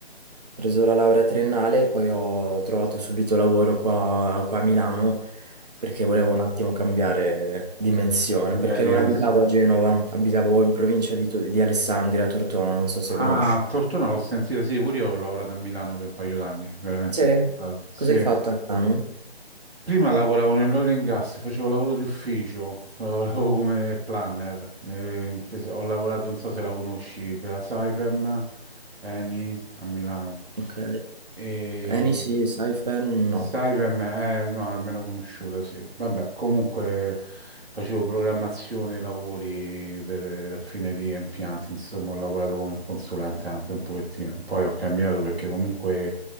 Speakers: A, on the right (about 40°); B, on the right (about 70°).
A: preso la laurea triennale e poi ho trovato subito lavoro qua, qua a Milano perché volevo un attimo cambiare dimensione,
B: Cambiare
A: perché
B: dimensione.
A: non abitavo a Genova, abitavo in provincia di, To- di Alessandria, a Tortona, non so se
B: Ah,
A: conosci.
B: Tortona l'ho sentita, sì, pure io ho lavorato a Milano per un paio d'anni, veramente.
A: Sì,
B: impegnato. Sì.
A: cosa hai fatto a Milano?
B: Prima lavoravo nell'oil and gas, facevo lavoro di ufficio, lavoravo come planner. nelle imprese- Ho lavorato, non so se la conosci, per la Saipem, Eni a Milano.
A: Ok.
B: E
A: Eni sì, Saifen
B: Sai
A: no.
B: per me, eh, no, è meno conosciuta, sì. Vabbè, comunque facevo programmazione lavori per raffinerie e impianti, insomma, ho lavorato come consulente anche un pochettino. Poi ho cambiato perché comunque